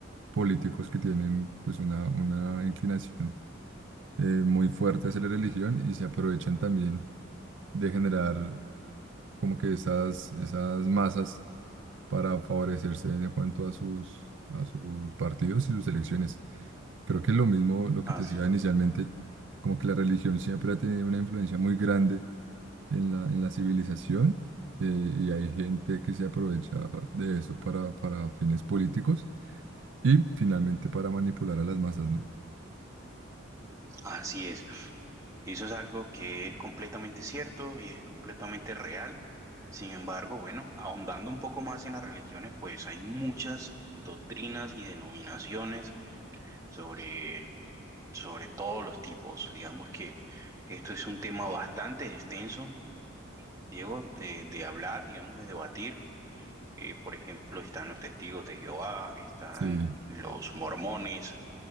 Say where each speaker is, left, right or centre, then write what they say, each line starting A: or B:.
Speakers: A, on the right (about 60°); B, on the right (about 15°).
A: políticos que tienen pues una, una inclinación. eh, muy fuerte hacia la religión y se aprovechan también de generar como que esas, esas masas para favorecerse en cuanto a sus, a sus partidos y sus elecciones. Creo que es lo mismo lo
B: Así,
A: que te decía inicialmente, como que la religión siempre ha tenido una influencia muy grande en la, en la civilización eh, y hay gente que se aprovecha de eso para, para fines políticos y finalmente para manipular a las masas, ¿no?
B: así es. Eso es algo que es completamente cierto y es completamente real. Sin embargo, bueno, ahondando un poco más en las religiones, pues hay muchas doctrinas y denominaciones sobre, sobre todos los tipos. Digamos que esto es un tema bastante extenso, Diego, de, de hablar, digamos, de debatir. Eh, por ejemplo, están los testigos de Jehová, están
A: Sí,
B: los mormones,